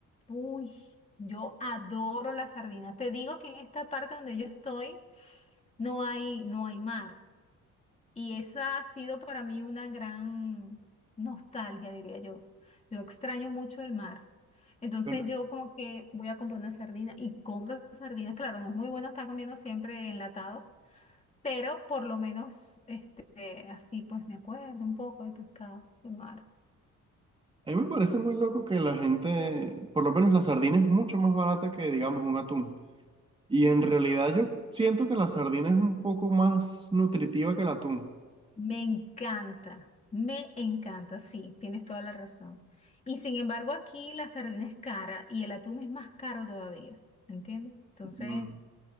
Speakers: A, on the left; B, on the right.
A: uy, yo adoro la sardina. Te digo que en esta parte donde yo estoy no hay, no hay mar. Y esa ha sido para mí una gran nostalgia, diría yo. Yo extraño mucho el mar. Entonces
B: Pero
A: yo como que voy a comprar una sardina y compro sardinas. Claro, no es muy bueno estar comiendo siempre enlatado, pero por lo menos este, así pues me acuerdo un poco del pescado, del mar.
B: a mí me parece muy loco que la gente, por lo menos la sardina es mucho más barata que, digamos, un atún. Y en realidad yo siento que la sardina es un poco más nutritiva que el atún.
A: Me encanta, me encanta, sí, tienes toda la razón. Y sin embargo, aquí la sardina es cara y el atún es más caro todavía, ¿me ¿entiendes? Entonces,
B: Mm.